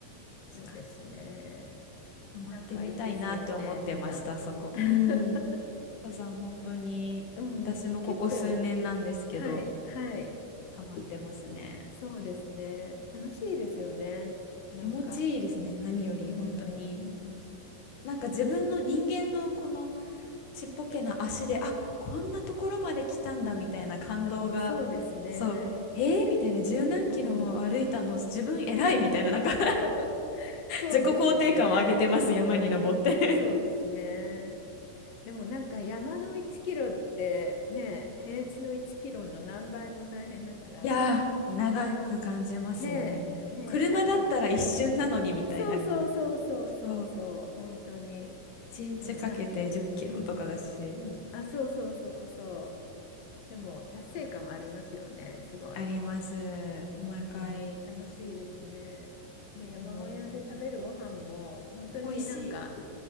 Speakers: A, on the left (about 75°); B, on the left (about 55°).
A: そうですね。
B: 確かに。泊まってみたいなと思ってました、
A: なんかいいですよね、登山。
B: そこ。
A: <laughs>
B: うん。登山本当に私もここ数年なんですけど、
A: うん、結構、はい、はい。
B: ハマってますね。
A: そうですね。楽しいですよね。なんか、
B: 気持ちいいですね、何より本当に。
A: うん、うん、
B: なんか自分の人間のこのちっぽけな足で、あ、こんなところまで来たんだみたいな感動が、
A: うん、そうですね。
B: そう、えー、みたいな、十何キロも歩いたの、
A: うん。
B: 自分偉いみたいな、
A: <laughs>
B: なんか <laughs>
A: そうですよね。
B: 自己肯定感を上げてます、
A: うん、
B: 山に登って
A: うん、そうですね。でもなんか山の1キロってね、平地の1キロの何倍も大変だから、
B: <laughs> いやー、長く感じますよね。
A: ねえ、ねえ、
B: 車だったら一瞬なのにみたいな。
A: なんか、うん、そうそうそうそうそうそう、
B: そう、
A: 本当に。
B: 1日かけて10キロとかだし、
A: でもなんか、うん、うん、あ、そうそうそうそう。でも達成感はありますよね、すごい。
B: あります。
A: うん、
B: 毎回、
A: 楽しいですね。で、山小屋で食べるご飯も、
B: もう、
A: 本当になんか、
B: 美味しい。